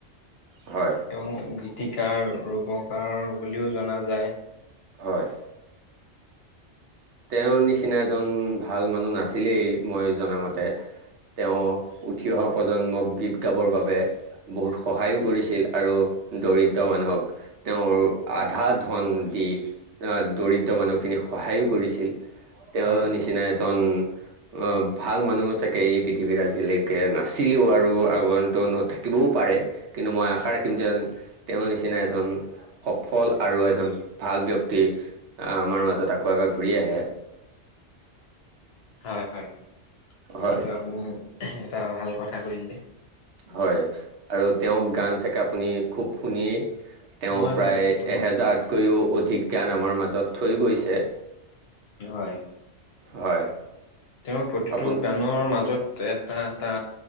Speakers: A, on the right (about 75°); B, on the left (about 65°).
A: হয়।
B: তেওঁ গীতিকাৰ, ৰূপকাৰ বুলিও জনা যায়।
A: হয়। তেওঁৰ নিচিনা এজন ভাল মানুহ নাছিলেই মই জনামতে। তেওঁ উঠি অহা প্ৰজন্মক গীত গাবৰ বাবে বহুত সহায়ো কৰিছিল আৰু দৰিদ্ৰ মানুহক তেওঁৰ আধা ধন দি আ দৰিদ্ৰ মানুহখিনিক সহায়ো কৰিছিল তেওঁৰ
B: হয়।
A: নিচিনা এজন অ ভাল মানুহ চাগে এই পৃথিৱীত আজিলৈকে নাছিলেও আৰু আগন্তনত থাকিবও পাৰে। কিন্তু মই আশা ৰাখিম যে তেওঁৰ নিচিনা এজন সফল আৰু একদম ভাল ব্যক্তি আহ' আমাৰ মাজত আকৌ' এবাৰ ঘূৰি আহে।
B: হয়, হয়
A: হয়
B: কিন্তু আপুনি এহ এটা ভাল কথা কৰিলে।
A: হয় আৰু তেওঁক গান সেকে আপুনি খুব শুনি তেওঁ
B: মই
A: প্ৰায়
B: শুনো
A: এহেজাৰতকৈও অধিক গান আমাৰ মাজত থৈ গৈছে।
B: হয়,
A: হয়
B: তেওঁ প্ৰতিটো
A: আপুনি
B: গা নৰ মাজত এটা এটা